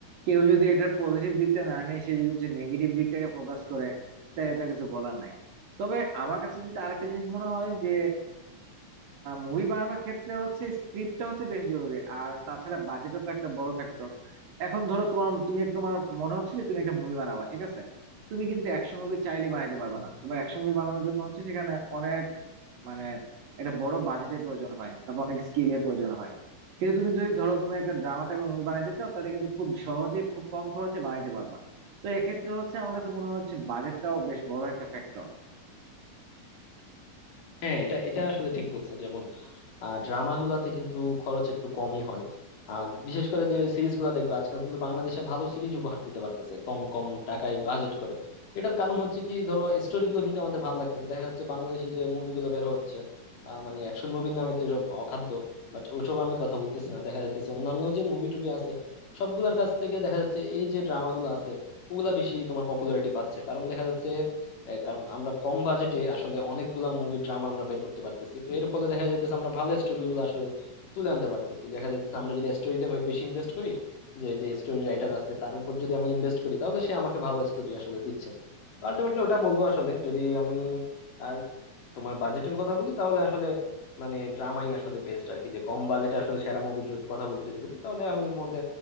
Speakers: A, on the right (about 65°); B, on the left (about 60°).
A: কেউ যদি এটার পজিটিভ দিকটা না নিয়ে সে যদি হচ্ছে নেগেটিভ দিকটাকে ফোকাস করে তাহলে তা কিছু বলার নাই তবে আমার কাছে যেটা আরেকটা জিনিস মনে হয় যে মুভি বানানোর ক্ষেত্রে হচ্ছে স্ক্রিপ্টটা হচ্ছে বেশ জরুরি আর তাছাড়া বাজেটও তো একটা বড় ফ্যাক্টর এখন ধরো তোমার তুমি এক- তোমার মনে হচ্ছে যে তুমি একটা মুভি বানাবা ঠিক আছে তুমি কিন্তু অ্যাকশন মুভি চাইলে বানাইতে পারবা
B: হুম।
A: না তোমার অ্যাকশন মুভি বানানোর জন্য হচ্ছে সেখানে অনেক মানে একটা বড় বাজেটের প্রয়োজন হয় তারপর অনেক স্কিলের প্রয়োজন হয় কিন্তু তুমি যদি ধরো তুমি একটা ড্রামা টাইপের মুভি বানাইতে চাও তাহলে কিন্তু খুব সহজে খুব কম খরচে বানাইতে পারবা তো এক্ষেত্রে হচ্ছে আমার কাছে মনে হচ্ছে বাজেটটাও বেশ বড় একটা ফ্যাক্টর
B: হ্যাঁ এটা এটা আসলে ঠিক বলছো যেমন ড্রামা গুলাতে কিন্তু খরচ একটু কমই হয় আর বিশেষ করে যে সিরিজ গুলা দেখবে আজকাল কিন্তু বাংলাদেশে ভালো সিরিজ উপহার দিতে পারতেছে কম কম টাকায় বাজেট করে এটার কারণ হচ্ছে কি ধরো স্টোরি গুলো কিন্তু আমাদের ভালো লাগতেছে দেখা যাচ্ছে বাংলাদেশে যে মুভিগুলো বের হচ্ছে আহ, মানে অ্যাকশন মুভির নামে তো এসব অখাদ্য বাট ওসব আমি কথা বলতেছি না দেখা যাচ্ছে অন্যান্য যে মুভি টুবি আছে সবগুলোর কাছ থেকে দেখা যাচ্ছে এই যে ড্রামাগুলো আছে ওগুলা বেশি তোমার পপুলারিটি পাচ্ছে কারণ দেখা যাচ্ছে এ, কারণ আমরা কম বাজেটে আসলে অনেকগুলা মুভি ড্রামা আমরা বের করতে পারতেছি তো এর ফলে দেখা যাইতেছে আমরা ভালো স্টোরি গুলো আসলে তুলে আনতে পারতেছি দেখা যাইতেছে আমরা যদি স্টোরিতে বেশি ইনভেস্ট করি যে যে স্টোরি রাইটার আছে তার উপর যদি আমি ইনভেস্ট করি তাহলে সে আমাকে ভালো স্টোরি আসলে দিচ্ছে আলটিমেটলি ওটা বলবো আসলে যদি আমি আর তোমার বাজেটের কথা বলি তাহলে আসলে মানে ড্রামাই আসলে বেস্ট আর কি যে কম বাজেটে আসলে সেরা মুভির যদি কথা বলি যদি বলি তাহলে আমি মনে